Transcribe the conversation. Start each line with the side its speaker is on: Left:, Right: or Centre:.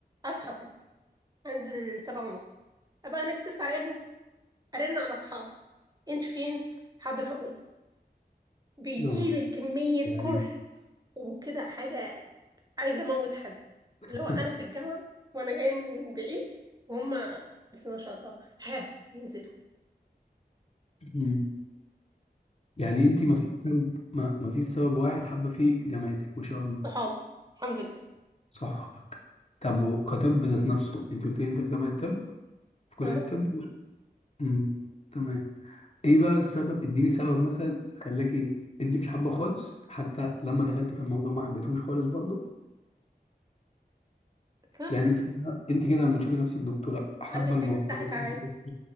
Right: اصحى ستة انزل سبعة ونص ابقى هناك تسعة الا ارن على اصحابي انت فين حاضر هقوم بيجيلي
Left: يا نهار.
Right: كمية
Left: يعني
Right: كره وكده حاجة عايزة اموت حد
Left: <laughs>
Right: اللي هو انا في الجامعة وانا جاية من بعيد وهم بسم الله ما شاء الله ها ينزل
Left: مم. يعني انت ما فيش سبب ما, ما فيش سبب واحد حابه فيه جامعتك ما شاء الله
Right: صحاب الحمد لله
Left: صحابك طب وكطب ذات نفسه انت قلت لي انت في جامعه طب في كليه
Right: اه
Left: طب مم. تمام ايه بقى السبب اديني سبب مثلا خلاكي انت مش حابه خالص حتى لما دخلتي في الموضوع ما حبيتهوش خالص برضه
Right: طب
Left: يعني انت انت كده لما تشوفي نفسك دكتوره حابه
Right: قال لك
Left: الموضوع
Right: حاجة تضحك عليا
Left: ده،